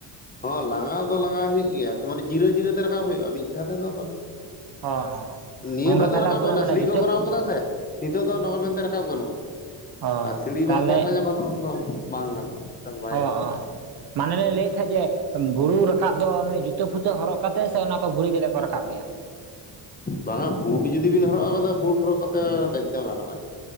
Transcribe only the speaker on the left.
ᱦᱚᱸ ᱞᱟᱸᱜᱟ ᱫᱚ ᱞᱟᱸᱜᱟ ᱦᱩᱭᱩᱜ ᱜᱮᱭᱟ ᱢᱟᱱᱮ ᱡᱤᱨᱟᱹ ᱡᱤᱨᱟᱹᱛᱮ ᱨᱟᱠᱟᱵ ᱦᱩᱭᱩᱜᱼᱟ ᱢᱤᱫ ᱫᱷᱟᱣ ᱛᱮᱫᱚ ᱵᱟᱝ
ᱱᱤᱭᱟᱹ
ᱫᱷᱟᱣ
ᱫᱚ ᱨᱟᱠᱟᱵᱚᱜ
ᱠᱟᱱᱟ
ᱥᱤᱲᱤ
ᱠᱚ ᱠᱚᱨᱟᱣ ᱠᱟᱫᱟ ᱥᱮ ᱱᱤᱛᱚᱜ ᱫᱚ ᱞᱚᱜᱚᱱ ᱢᱮᱱᱛᱮ ᱨᱟᱠᱟᱵ ᱜᱟᱱᱚᱜᱼᱟ
ᱟᱨ ᱥᱤᱲᱤ
ᱵᱟᱝ ᱛᱟᱦᱮᱸ ᱞᱮᱱ ᱡᱚᱠᱷᱚᱱ ᱞᱚᱜᱚᱱ ᱫᱚ ᱵᱟᱝ ᱜᱟᱱᱚᱜᱼᱟ ᱚᱱᱠᱟ ᱫᱚ ᱵᱟᱭ
ᱜᱟᱱ ᱠᱚᱜᱼᱟ
ᱵᱟᱝᱟ ᱵᱩᱴ ᱡᱩᱫᱤ ᱵᱤᱱ ᱦᱚᱨᱚᱜ ᱟᱠᱟᱫᱟ ᱵᱩᱴ ᱦᱚᱨᱚᱜ ᱠᱟᱛᱮ ᱫᱮᱡ ᱫᱚ ᱜᱟᱱᱚᱜᱼᱟ